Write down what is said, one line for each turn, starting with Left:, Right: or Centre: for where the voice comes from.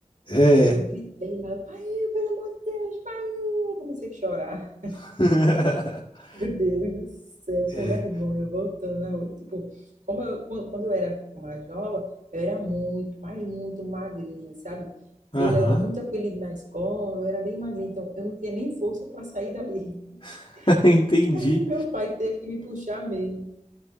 Left: É.
Right: E eu gritei lá, pai, pelo amor de Deus, pai! Eu comecei a chorar.
Left: <laughs>
Right: <laughs> Meu Deus do céu, com
Left: É.
Right: vergonha, voltando. a oi. Tipo, como eu, quando quando eu era mais nova, eu era muito, mas muito magrinha, sabe?
Left: Aham.
Right: Que eu levava muito apelido na escola, eu era bem magrinha, então eu não tinha nem força para sair dali. <laughs>
Left: <laughs> Entendi.
Right: E aí meu pai teve que me puxar mesmo.